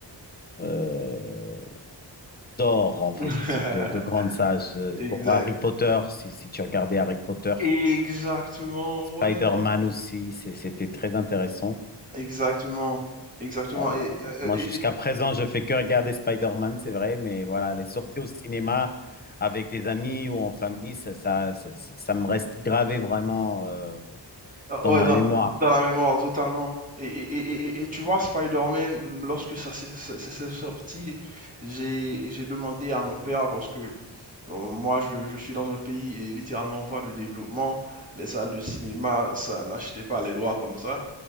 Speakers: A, on the left; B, on the right.
A: euh, d'or, en
B: <laughs>
A: fait, de, de grandes sages. Euh,
B: Exact.
A: Pour Harry Potter, si, si tu regardais Harry Potter,
B: Exactement,
A: Spider-Man
B: ouais.
A: aussi, c'est- c'était très intéressant.
B: Exactement. Exactement.
A: Euh,
B: euh,
A: moi,
B: et-
A: jusqu'à présent, je fais que regarder Spider-Man, c'est vrai, mais voilà, les sorties au cinéma avec des amis ou en famille, ça, ça, ça, ça me reste gravé vraiment euh,
B: Ah,
A: dans
B: Ouais,
A: ma
B: dans,
A: mémoire.
B: dans la mémoire, totalement. Et, et, et, et- et tu vois, Spider-Man, lorsque ça s'est ça- ça s'est sorti, j'ai j'ai demandé à mon père, parce que euh, moi, je, je suis dans un pays et littéralement en voie de développement, les salles de cinéma, ça n'achetait pas les droits comme ça.